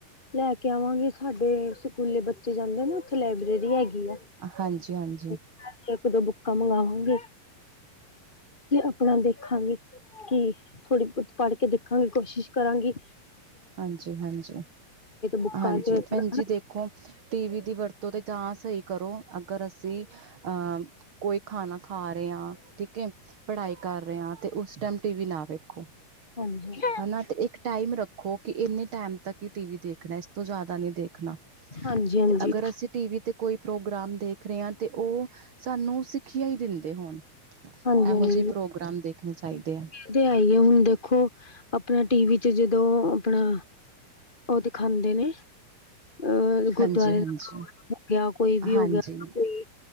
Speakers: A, on the left; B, on the right.
A: ਲੈ ਕੇ ਆਵਾਗੇ ਸਾਡੇ ਸਕੂਲੇ ਬੱਚੇ ਜਾਂਦੇ ਆ ਨਾ ਉੱਥੇ ਲਾਇਬ੍ਰੇਰੀ ਹੈਗੀ ਆ।
B: ਹਾਂਜੀ-ਹਾਂਜੀ।
A: <unintelligible> ਇੱਕ-ਦੋ ਬੁੱਕਾਂ ਮੰਗਾਵਾਗੇ ਤੇ ਆਪਣਾ ਦੇਖਾਗੇ। ਕੀ ਥੋੜੀ ਪ ਪੜ ਕੇ ਦੇਖਾਗੀ ਕੋਸ਼ਿਸ਼ ਕਰਾਗੀ।
B: ਹਾਂਜੀ-ਹਾਂਜੀ,
A: ਬੁੱਕਾਂ
B: ਹਾਂਜੀ
A: ਚ
B: ਭੈਣ
A: ਹਾਂਜੀ
B: ਜੀ ਦੇਖੋ ਟੀ ਵੀ ਦੀ ਵਰ ਤੋਂ ਤਾ ਸ‌ਈ ਕਰੋ ਅਗਰ ਅਸੀਂ ਅਹ ਕੋਈ ਖਾਣਾ ਖਾ ਰੇ ਆ ਠੀਕ ਐ, ਪੜਾਈ ਕਰ ਰੇ ਆ ਤੇ ਉਸ ਟੈਮ ਟੀ ਵੀ ਨਾ ਵੇਖੋ,
A: ਹਾਂਜੀ
B: ਹਨਾ ਤੇ ਇੱਕ ਟਾਈਮ ਰੱਖੋ ਕਿ ਐਨੇ ਟਾਈਮ ਤੱਕ ਈ ਟੀ ਵੀ ਦੇਖ ਖਣਾ ਇਸ ਤੋਂ ਜਾਦਾ ਨੀ ਦੇਖਣਾ।
A: ਹਾਂਜੀ ਹਾਂਜੀ
B: ਤੇ ਅਗਰ ਅਸੀਂ ਟੀਵੀ ਤੇ ਕੋਈ ਪ੍ਰੋਗਰਾਮ ਦੇਖ ਰੇ ਆ ਤੇ ਓ ਸਾਨੂੰ ਸਿੱਖੀਆ ਈ ਦਿੰਦੇ ਹੋਣ
A: ਹਾਂਜੀ
B: ਐਹੋ ਜੇ
A: ਇਹ
B: ਪ੍ਰੋਗਰਾਮ ਦੇਖਣੇ ਚਾਹੀਦੇ ਐ।
A: ਤੇ ਐਈ ਐ ਹੁਣ ਦੇਖੋ, ਆਪਣਾ ਟੀਵੀ ਚ ਜਦੋਂ ਆਪਣਾ ਓ ਦਿਖਾਦੇ ਨੇ। ਅਹ ਗੁਰਦੁਆਰੇ
B: ਹਾਂਜੀ ਹਾਂਜੀ
A: ਦਾ ਪ੍ਰੋਗਰਾਮ ਹੋ ਗਿਆ ਕੋਈ ਵੀ
B: ਹਾਂਜੀ
A: ਹੋ ਗਿਆ <unintelligible>
B: ਹਾਂਜੀ
A: ਕੋਈ